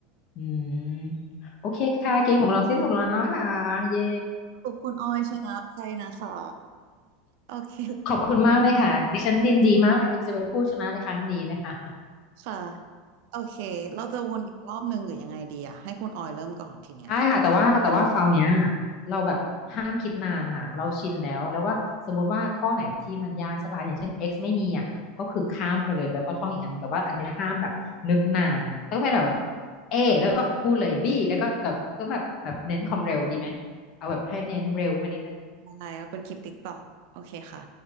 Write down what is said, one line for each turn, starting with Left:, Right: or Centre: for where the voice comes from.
Left: อืมโอเคค่ะเกมของเราสิ้นสุดลงแล้วนะคะเย้
Right: ขอบคุณออยชนะใจนะคะโอเค
Left: ขอบคุณมากเลยค่ะดิฉันยินดีมากค่ะที่จะเป็นผู้ชนะในครั้งนี้นะคะ
Right: ค่ะโอเคเราจะวนอีกรอบหนึ่งหรือยังไงดีอ่ะให้คุณออยเริ่มก่อนทีเนี้ย
Left: ได้ค่ะแต่ว่าแต่ว่าคราวเนี้ยเราแบบห้ามคิดนานนะคะเราชินแล้วแล้วว่าสมมุติว่าข้อไหนที่มันยากใช่ป่ะอย่างเช่น x ไม่มีอ่ะก็คือข้ามไปเลยแล้วก็ท่องอีกอันหนึงแต่ว่าอันเนี้ยห้ามแบบนึกนานต้องเป็นแบบ A แล้วก็พูดเลย B แล้วก็แบบต้องแบบแบบเน้นความเร็วดีไหมเอาแบบให้เน้นเร็วขึ้นมานิดนึง
Right: ได้เราเป็นคลิปติ๊กตอกโอเคค่ะ